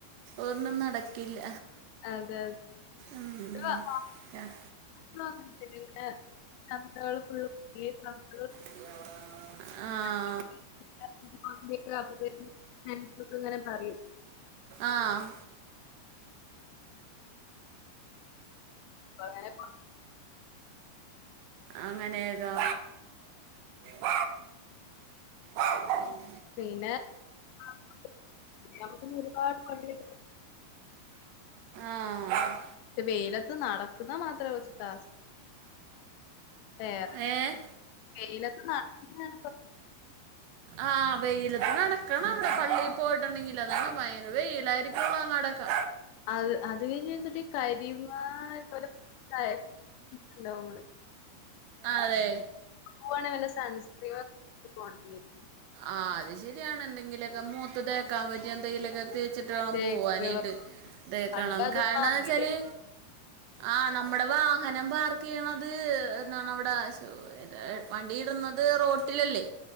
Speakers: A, on the right; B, on the left.
A: ഒന്നും നടക്കില്ല
B: അതെ
A: ഉം,
B: <unintelligible>
A: ക-
B: വാങ്ങീട്ട് <unintelligible> <unintelligible>
A: ഇയ്യെവടെ? ആഹ്
B: <unintelligible> ഫ്രൻസൊക്കെങ്ങനെ പറയും.
A: ആഹ്
B: പ്പങ്ങനെ
A: അങ്ങനേതാ? ഉം ഉം ഉം
B: പിന്നെ <unintelligible> നമ്മള് പിന്നെ ഒരുപാട് പള്ളി
A: ആഹ്
B: വെയിലത്ത് നടക്കുന്ന മാത്രേ കൊറച്ച് ടാസ്ക് വേ
A: ഏഹ്
B: വെയിലത്ത് നടക്കുന്നേണ് കൊറച്ച്
A: ആഹ് വെയിലത്ത് നടക്കണം അവിടെ പള്ളി പോയിട്ടുണ്ടെങ്കില്. അതാണ് ഭയങ്കര വെയിലായിരിക്കും <unintelligible> ഒക്കെ
B: അത് അത് കഴിഞ്ഞ് വന്നിട്ട് കരി <unintelligible> ണ്ടാവും നമ്മള്
A: ആഹ് അതേ
B: പ്പാണ് വല്ല സൺസ്ക്രീമൊക്കെട്ട് പോണ്ടി വരും.
A: ആഹ് അത് ശര്യാണ്. എന്തെങ്കിലൊക്കെ മോത്ത് തേക്കാൻ പറ്റിയ എന്തെങ്കിലൊക്കെ തേ ച്ചിട്ട് വേണം
B: തേക്കളോ
A: പോവാനീട്ട്. തേക്കണം
B: പണ്ട് അതൊന്നും
A: കാരണന്താച്ചാല്
B: അറിയില്ലേനി
A: ആഹ് നമ്മടെ വാഹനം പാർക്ക്യ്യണത് ഏഹ് എന്നാണ് അവിടെ ശോ പ്പതാ വണ്ടിയിടണത് റോട്ടിലല്ലേ?